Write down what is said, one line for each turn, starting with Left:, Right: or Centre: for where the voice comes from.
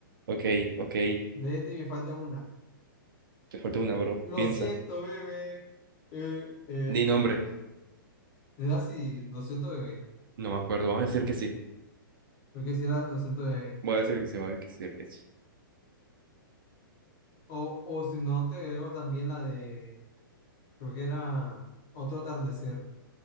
Right: Ok, ok.
Left: vete y me falta una.
Right: Te falta una, bro.
Left: Lo
Right: Piensa.
Left: siento, bebé. Eh, eh,
Right: Di nombre.
Left: eh. Es así, lo siento, bebé.
Right: No me acuerdo. Vamos a decir que sí.
Left: Creo que sí era el acento de... ahí.
Right: Voy a decir que sí, voy a decir que sí.
Left: O, o si no, te agrego también la de... Creo que era otro atardecer.